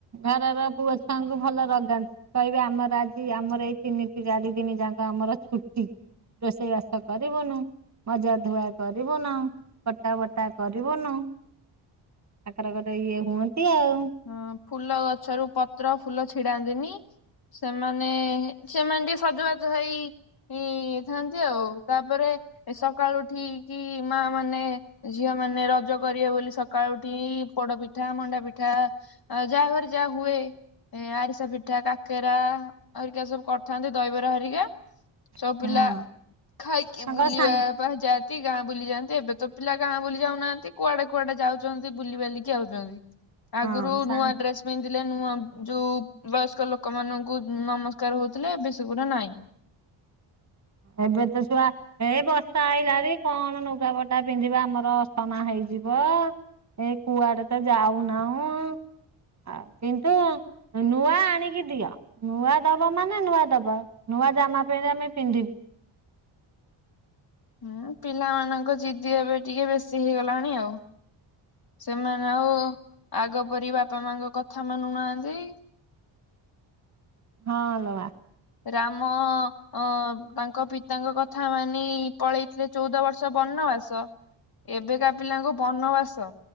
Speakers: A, on the right; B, on the left.
A: ଘରର ପୁଅ ଛୁଆଙ୍କୁ ଭଲ ରଗାନ୍ତି। କହିବେ ଆମର ଆଜି ଆମର ଏଇ ତିନି ଚାରି ଦିନ ଯାକ ଆମର ଛୁଟି। ରୋଷେଇ ବାସ କରିବୁନୁ ମଜା ଧୁଆ କରିବୁନାହୁଁ କଟା ବଟା କରିବୁନୁ। କଟର କଟ ଇଏ ହୁଅନ୍ତି ଆଉ।
B: ହଁ ଫୁଲ ଗଛରୁ ପତ୍ର ଫୁଲ ଛିଡାନ୍ତିନି। ସେମାନେ ସେମାନେ ଟିକେ ସଜବାଜ ହେଇ ହେଇଥନ୍ତି ଆଉ ତାପରେ ଏ ସକାଳୁ ଉଠି କିି ମା ମାନେ ଝିଅ ମାନେ ରଜ କରିବେ ବୋଲି ସକାଳୁ ଉଠି ପୋଡପି ପିଠା ମଣ୍ଡା ପିଠା ଯାହା ଘରେ ଯାହା ହୁଏ। ଏ ଆରିସା ପିଠା କାକେରା ହରିକା ସବୁ କରିଥାନ୍ତି ଦହିବରା ହେରିକା। ସବୁ
A: ହଁ।
B: ପିଲା ଖାଇକି
A: ତାଙ୍କର
B: ବୁଲିବା
A: ସାଙ୍ଗ
B: ବା ଯାଆନ୍ତି ଗାଁ ବୁଲି ଯାଆନ୍ତି ଏବେ ତ ପିଲା ଗାଁ ବୁଲି ଯାଉନାହାନ୍ତି କୁଆଡେ କୁଆଡେ ଯାଉଛନ୍ତି ବୁଲିିବାଲିକି ଆଉଛନ୍ତି। ଆଗରୁ
A: ହଁ ସାଙ୍ଗ
B: ନୂଆ ଡ୍ରେସ୍ ପିନ୍ଧଲେ ନୂଆ ଯୋଉ ବୟସ୍କ ଲୋକମାନଙ୍କୁ ନମସ୍କାର ହେଉଥିଲେ ଏବେ ସେ ଗୁରା ନାଇଁ।
A: ଏବେ ତ ଛୁଆ ଏଇ ବର୍ଷା ଆଇଲାଣି କଣ ଲୁଗା ପଟା ପିନ୍ଧିବ ଆମର ଅସନା ହେଇଯିବ। ଏ କୁଆଡେ ତ ଯାଉନାହୁଁ ଆଉ କିନ୍ତୁ ନୂଆ ଆଣିକି ଦିଅ ନୂଆ ଦବ ମାନେ ନୂଆ ଦବ ନୂଆ ଜାମା ପେଣ୍ଟ ଆମେ ପିନ୍ଧିବି।
B: ହୁଁ ପିଲାମାନଙ୍କ ଜିଦି ଏବେ ଟିକେ ବେଶୀ ହେଇଗଲାଣି ଆଉ। ସେମାନେ ଆଉ ଆଗ ପରି ବାପା ମାଙ୍କ କଥା ମାନୁନାହାନ୍ତି।
A: ହଁ ଲୋ ମା।
B: ରାମ ଅ ତାଙ୍କ ପିତାଙ୍କ କଥା ମାନି ପଳେଇଥିଲେ ଚଉଦ ବର୍ଷ ବନବାସ ଏବେକା ପିଲାଙ୍କୁ ବନବାସ।